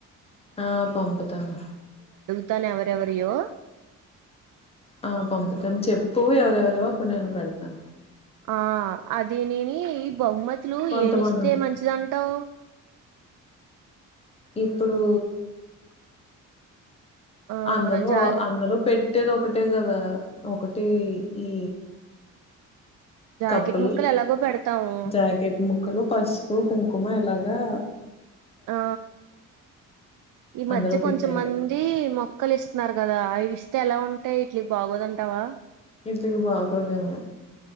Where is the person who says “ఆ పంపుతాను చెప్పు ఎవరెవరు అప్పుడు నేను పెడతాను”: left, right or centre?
Left